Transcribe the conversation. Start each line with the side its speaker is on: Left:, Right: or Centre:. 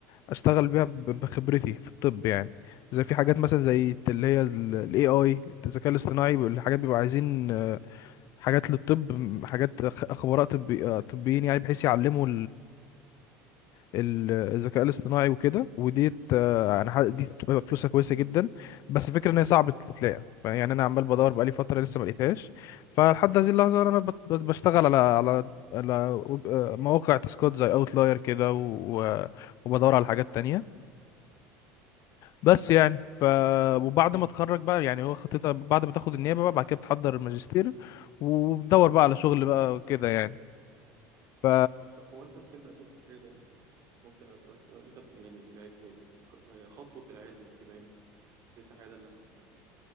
Left: اشتغل بيها ب- بخبرتي في الطب يعني زي في حاجات مثلا زي اللي هي الاي اي الذكاء الاصطناعي الحاجات بيبقوا عايزين آه، حاجات للطب م- حاجات أخ- خبراء طبي آه، طبيين يعني بحيث يعلموا ال- الذكاء الاصطناعي وكده وديت آه، انا ح- دي بتبقى فلوسها كويسه جدا بس الفكره ان هي صعبه تتلاقي يعني انا عمال بدور بقالي فتره لسه ما لقيتهاش فلحد هذه اللحظه انا بت- بت- بشتغل على على على ويب- آه، مواقع تاسكات زي اوتلاير كده و- وبدور على حاجات تانية بس يعني ف وبعد ما اتخرج بقى يعني هو خطتها بعد ما تاخد النيابه بقى بعد كده بتحضر الماجستير وبتدور بقى على شغل بقى وكده يعني ف
Right: طب س- هو انت بتبدأ تفتح عيادة امتى؟ ممكن اسألك سؤال انت بت... يعني الع... ق- آه، خطوة العيادة دي بتبقى امتى؟ تفتح عيادة لنفسك يعني